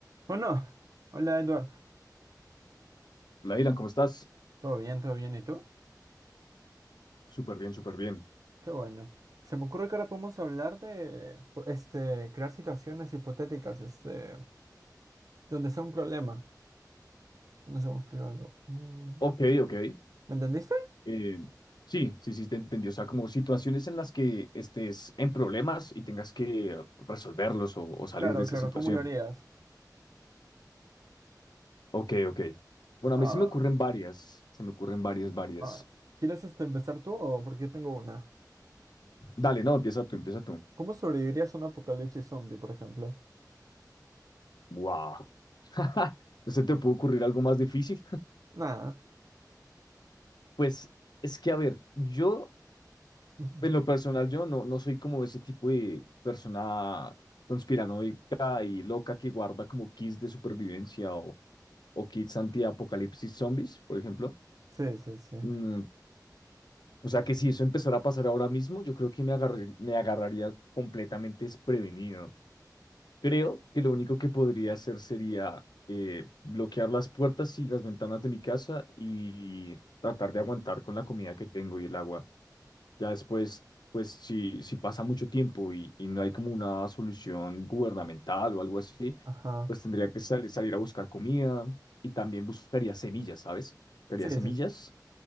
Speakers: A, on the right (about 55°); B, on the left (about 75°).
A: Bueno, hola Eduardo.
B: Lailan, ¿cómo estás?
A: ¿Todo bien? ¿Todo bien? ¿Y tú?
B: Súper bien, súper bien.
A: Qué bueno. Se me ocurre que ahora podemos hablar de po- este, crear situaciones hipotéticas, este, donde sea un problema. No sé cómo explicarlo. Mm,
B: Ok, ok.
A: ¿Me entendiste?
B: Eh, sí, sí, sí, te entendí. O sea, como situaciones en las que estés en problemas y tengas que resolverlos o, o salir
A: Claro,
B: de esa
A: claro,
B: situación.
A: ¿cómo lo harías?
B: Ok, ok. Bueno, a
A: Va,
B: mí se me ocurren varias. Se me ocurren varias, varias.
A: va. ¿Quieres este, empezar tú o porque yo tengo una?
B: Dale, no, empieza tú, empieza tú.
A: ¿Cómo sobrevivirías a un apocalipsis zombie, por ejemplo?
B: Wow. <laughs> ¿Se te puede ocurrir algo más difícil?
A: Nada.
B: Pues es que, a ver, yo
A: <laughs> Ujú.
B: En lo personal, yo no, no soy como ese tipo de persona conspiranoica y loca que guarda como kits de supervivencia o, o kits anti-apocalipsis zombies, por ejemplo.
A: Sí, sí, sí.
B: Mm, o sea que si eso empezara a pasar ahora mismo, yo creo que me agarré- me agarraría completamente desprevenido. Creo que lo único que podría hacer sería eh, bloquear las puertas y las ventanas de mi casa y tratar de aguantar con la comida que tengo y el agua. Ya después, pues si, si pasa mucho tiempo y, y no hay como una solución gubernamental o algo así,
A: Ajá.
B: pues tendría que sal- salir a buscar comida y también buscaría semillas, ¿sabes? Buscaría
A: Sí,
B: semillas,
A: sí, sí.